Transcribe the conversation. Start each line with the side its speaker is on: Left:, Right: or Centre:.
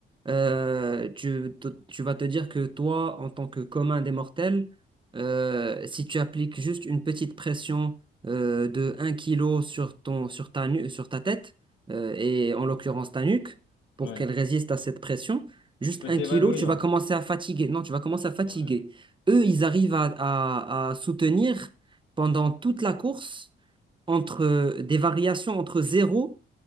Right: euh, tu, te- tu vas te dire que toi, en tant que commun des mortels, euh, si tu appliques juste une petite pression euh, de un kilo sur ton, sur ta, nu- sur ta tête, euh, et en l'occurrence ta nuque, pour
Left: ouais.
Right: qu'elle résiste à cette pression, juste
Left: Tu peux
Right: un
Left: t'évanouir.
Right: kilo, tu vas commencer à fatiguer. Non, tu vas commencer à fatiguer.
Left: Ouais.
Right: Eux, ils arrivent à, à- à soutenir pendant toute la course entre des variations entre zéro